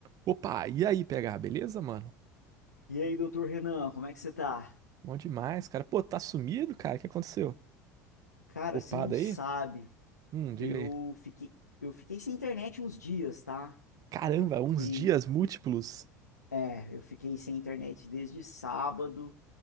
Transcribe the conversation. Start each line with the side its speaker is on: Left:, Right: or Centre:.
Right: Opa, e aí, PH, beleza, mano?
Left: E aí, doutor Renan, como é que você tá?
Right: Bom demais, cara. Pô, tá sumido, cara? O que aconteceu?
Left: Cara,
Right: Upado
Left: você não sabe,
Right: aí? Hum, diga
Left: eu
Right: aí.
Left: fiquei, eu fiquei sem internet uns dias, tá?
Right: Caramba,
Left: Eu fiquei,
Right: uns dias múltiplos.
Left: é, eu fiquei sem internet desde sábado